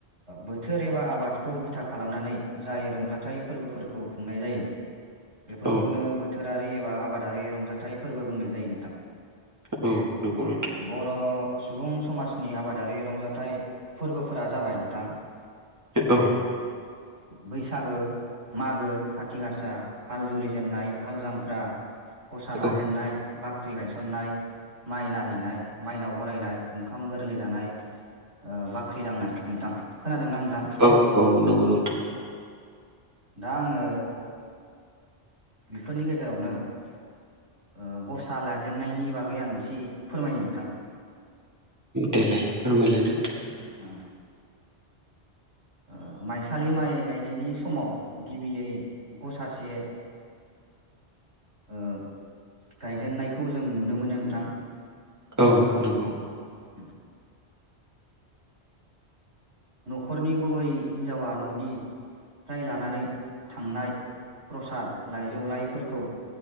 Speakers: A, on the right; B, on the right.
A: बोथोर एबा आबादखौ बिथा खालामनानै जाय रंजाथाइ फोरबोफोरखौ खुंनाय जायो बेफोरखौनो
B: औ
A: बोथो- रारि एबा आबादारि रंजाथाइ फोरबो बुंनाय जायो नोंथां
B: औ नंगौ नोंथां
A: बर सुबुं समाजनि आबादारि रंजाथाइ फोरबोफोरा जाबाय नोंथां
B: औ
A: बैसागो मागो खाथि गासा हाल जुरिजेननाय हाल जांख्रा गसा लाजेेननाय
B: औ
A: बाख्रि गायसननाय माइ नायहैनाय माइनाव बरायनाय ओंखाम गोरलै जानाय बाख्रि दांनाय नोंथां खोनादोंना नोंथां
B: औ औ नंगौ नोंथां
A: दा आङो बेफोरनि गेजेरावनो ओ गसा लाजेननायनि बागै आं एसे फोरमायनि नोंथां
B: देलाय फोरमायलाय नोंथां
A: ओं ओ माइसालि माइ गायनायनि समाव गिबियै गसासे ओ गायजेननायखौ जों नुनो मोनो नोंथां
B: औ नंगौ
A: ओम न'खरनि गुबै हिनजावा न'नि फ्राय लानानै थांनाय प्रसाद लाइजौलाइफोरखौ